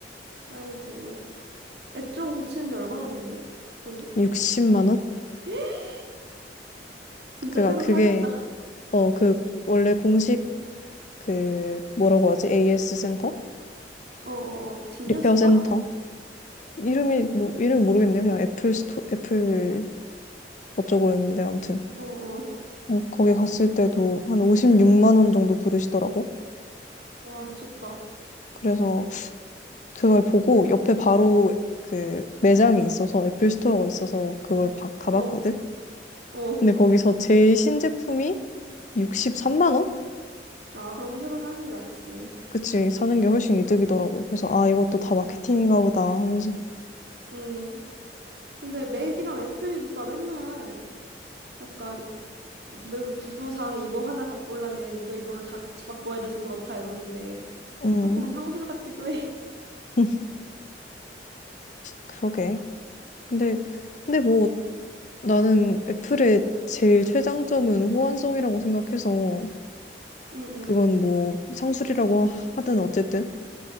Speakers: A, on the right; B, on the left.
A: 아이고. 액정 고치는데 얼마나 건데? 돈이?
B: 60만 원?
A: <gasps> 진짜
B: 그니까
A: 새로
B: 그게
A: 사겠다. <laughs>
B: 어 그 원래 공식 그 뭐라고 하지? AS 센터?
A: 어어어. 지니어스
B: 리페어
A: 바?
B: 센터? 이름이 뭐 이름 모르겠네. 요 그냥 애플 스토 애플 어쩌고였는데 아무튼
A: 어, 어.
B: 어, 거기 갔을 때도 한 56만 원 정도 부르시더라고.
A: 와, 미쳤다.
B: 그래서 그걸 보고 옆에 바로 그 매장이 있어서 애플 스토어가 있어서 그걸 바- 가봤거든.
A: 어, 어.
B: 근데 거기서 제일 신제품이 63만 원?
A: 아, 그러면 새로 사는 게 낫지.
B: 그치 사는 게 훨씬 이득이더라고. 그래서 아 이것도 다 마케팅인가 보다 하면서
A: 음. 근데 맥이랑 애플 누가 맨날 약간 맥 구조상 이거 하나 바꾸려면 이거 이거를 다 같이 바꿔야 돼서 그렇다 이러는데
B: 음
A: 조금 상술 같기도 해. <laughs>
B: <laughs> 그러게. 근데 근데 뭐 나는 애플의 제일 최장점은 호환성이라고 생각해서
A: 응, 응,
B: 그건 뭐 상술이라고 하- 하든 어쨌든